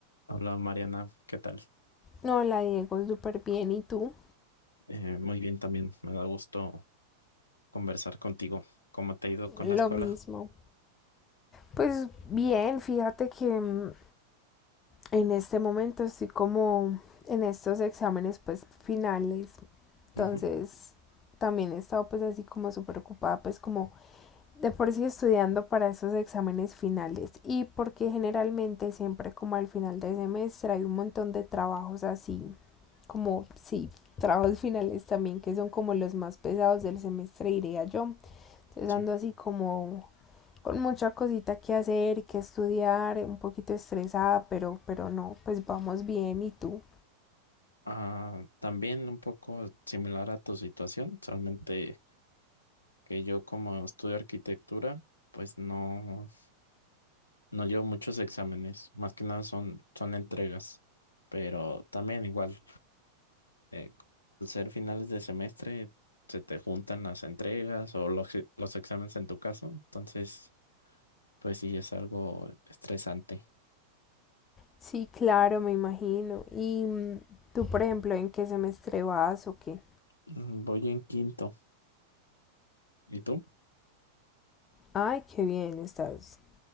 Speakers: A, on the left (about 75°); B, on the left (about 25°).
A: Hola Mariana, ¿qué tal?
B: Hola Diego, súper bien. ¿Y tú?
A: Eh, muy bien también, me da gusto conversar contigo. ¿Cómo te ha ido con
B: Lo
A: la escuela?
B: mismo. Pues bien, fíjate que mm, en este momento estoy como en estos exámenes pues finales. Entonces
A: Ujú,
B: también he estado pues así como súper ocupada pues como de por sí estudiando para esos exámenes finales y porque generalmente siempre como al final del semestre hay un montón de trabajos así, como sí, trabajos finales también que son como los más pesados del semestre diría yo. Entonces
A: sí.
B: ando así como con mucha cosita que hacer y que estudiar, un poquito estresada, pero, pero no, pues vamos bien. ¿Y tú?
A: Ah, también un poco similar a tu situación, solamente que yo como estudio arquitectura, pues no, no llevo muchos exámenes, más que nada son, son entregas, pero también igual, eh, al ser finales de semestre, se te juntan las entregas o los, e- los exámenes en tu caso, entonces... Pues sí, es algo estresante.
B: Sí, claro, me imagino. ¿Y mm, tú, por ejemplo, en qué semestre vas o qué?
A: Mm, Voy en quinto. ¿Y tú?
B: Ay, qué bien, estás